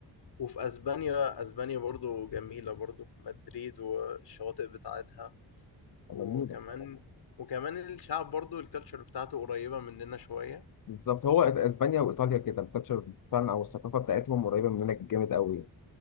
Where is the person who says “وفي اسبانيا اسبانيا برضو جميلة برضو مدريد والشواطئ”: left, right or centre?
Left